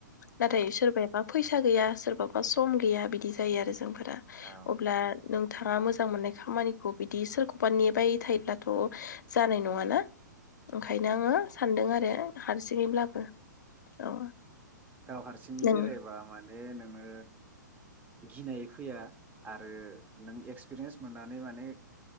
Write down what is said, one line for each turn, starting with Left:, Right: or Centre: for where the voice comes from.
Left: नाथाय
Right: औ
Left: सोरबायााबा फैसा गैया सोरबाबा सम गैया बिदि जायो आरो जों फोरा
Right: औ
Left: अब्ला नों थाङा मोजां मोननाय खामानिखौ बिदि सोरखौबा नेबाय थायोब्लाथ' जानाय नङाना। ओंखायनो
Right: उम
Left: आङो सान्दों आरो हारसिं जैब्लाबो औ
Right: गाव हारसिं
Left: नों
Right: बेरायबा माने बे नोङो गिनाय फैया आरो नों एक्सपिरियेन्स मोननानै माने